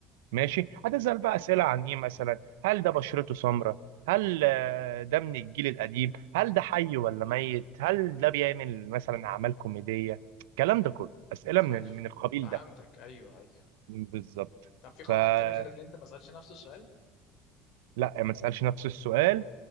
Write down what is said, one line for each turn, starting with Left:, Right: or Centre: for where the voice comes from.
Right: ماشي هتسأل بقى أسئلة عن إيه مثلا هل ده بشرته سمراء هل آه، ده من الجيل القديم هل ده حي ولا ميت هل ده بيعمل مثلا أعمال كوميدية الكلام ده كله أسئلة
Left: تخيل
Right: من ال- من القبيل
Left: فهمتك
Right: ده
Left: ايوه ايوه
Right: بالظبط
Left: طب في قواعد
Right: فلا
Left: تانية غير اللي انت ما سالش نفس السؤال
Right: ما تسألش نفس السؤال